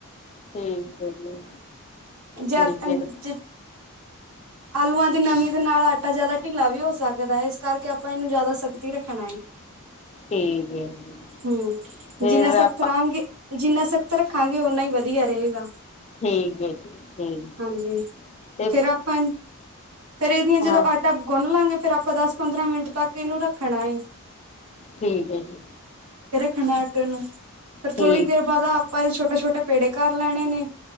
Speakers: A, on the left; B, on the right.
A: ਠੀਕ। ਜੀ
B: ਜਾਰਖੰ
A: ਠੀਕ
B: <unintelligible>
A: ਹੈ
B: ਆਲੂਆਂ ਦੀ ਨਮੀ ਦੇ ਨਾਲ, ਆਟਾ ਜਿਆਦਾ ਢਿੱਲਾ ਵੀ ਹੋ ਸਕਦਾ ਹੈ। ਇਸ ਕਰਕੇ ਆਪਾਂ ਇਹਨੂੰ ਜ਼ਿਆਦਾ, ਸਖਤ ਹੀ ਰੱਖਣਾ ਹੈ।
A: ਠੀਕ ਹੈ ਜੀ
B: ਹੂੰ,
A: ਫੇਰ
B: ਜਿੰਨਾ ਸਖਤ
A: ਆਪਾਂ
B: ਰਹਾਂਗੇ, ਜਿੰਨਾ ਸਖ਼ਤ! ਰੱਖਾਂਗੇ ਓਨਾਂ ਹੀ ਵਧੀਆ ਰਹੇਗਾ।
A: ਠੀਕ ਹੈ ਜੀ ਠੀਕ
B: ਹਾਂਜੀ,
A: ਤੇ
B: ਫਿਰ ਆਪਾਂ ਫੇਰ ਇਹਦੀਆਂ ਜਦੋਂ
A: ਹਾਂ
B: ਆਟਾ ਗੁੰਨ ਲਾਂਗੇ? ਫਿਰ ਆਪਾਂ ਦਸ ਪੰਦਰਾਂ ਮਿੰਟ ਤੱਕ ਇਹਨੂੰ ਰੱਖਣਾ ਹੈ।
A: ਠੀਕ ਹੈ ਜੀ!
B: ਗੁਨਨਾ ਹੈ ਆਟੇ ਨੂੰ। ਫਿਰ
A: ਠੀਕ
B: ਥੋੜੀ ਦੇਰ ਬਾਅਦ ਆਪਾਂ ਛੋਟੇ-ਛੋਟੇ ਪੇੜੇ ਕਰ ਲੈਣੇ ਨੇ।